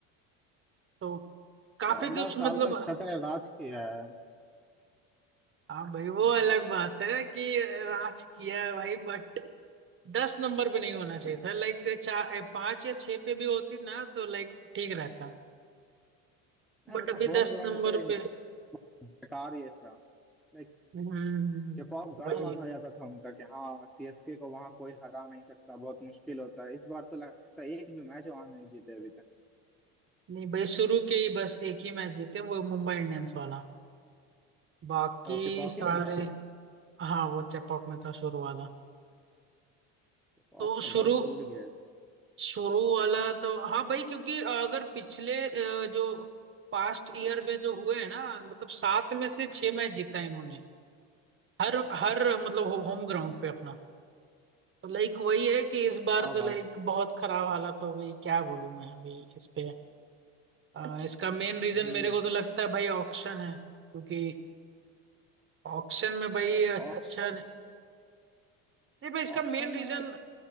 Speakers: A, on the right (about 35°); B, in the centre.
A: तो काफी
B: चौदह
A: कुछ
B: साल
A: मतलब
B: तक छत्र राज किया है
A: हाँ भाई वो अलग बात है कि राज किया है भाई बट दस नंबर पे नहीं होना चाहिए था लाइक चार पांच या छह पे भी होती ना तो लाइक ठीक रहता
B: मैं
A: बट
B: उनका
A: अभी
B: होम
A: दस
B: ग्राउंड
A: नंबर
B: पे इस
A: पे
B: बेकार ये था लाइक
A: हम्म हम्म,
B: जवाब गढ़
A: वही
B: माना जाता था उनका कि हाँ सीएसके को वहां कोई हरा नहीं सकता बहुत मुश्किल होता है इस बार तो लगता है एक भी मैच वहां नहीं जीते अभी तक
A: नहीं भाई शुरू के ही बस एक ही मैच जीते वो मुंबई इंडियंस वाला बाकी
B: तो वो चेपॉकी
A: सारे
B: में था
A: हाँ वो चेपॉक में था शुरू वाला
B: चेपॉक
A: तो
B: का
A: शुरू
B: गढ़ टूट गया इस बार
A: शुरू वाला तो हाँ भाई क्योंकि अ, अगर पिछले अ, जो पास्ट ईयर में जो हुए हैं ना मतलब सात में से छह मैच जीता है इन्होंने हर हर मतलब होम ग्राउंड पे अपना तो लाइक वही है कि इस बार
B: हाँ
A: तो
B: भाई
A: लाइक बहुत खराब हालत हो गई क्या बोलूं मैं अभी इस पे अ, इसका मेन रीजन
B: हम्म
A: मेरे को तो लगता है भाई ऑक्शन है क्योंकि ऑक्शन में भाई
B: नहीं
A: अच-
B: ऑक्श
A: अच्छा नहीं नहीं भाई इसका
B: ऑक्शन
A: मेन रीजन
B: में